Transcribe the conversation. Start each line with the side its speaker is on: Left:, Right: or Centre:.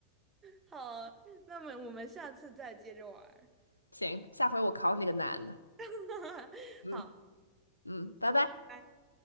Right: 好，那么我们下次再接着玩儿。
Left: <laughs> 行，下回我考你个难的。
Right: <laughs>
Left: 嗯
Right: 好。
Left: 嗯，拜拜。
Right: 拜。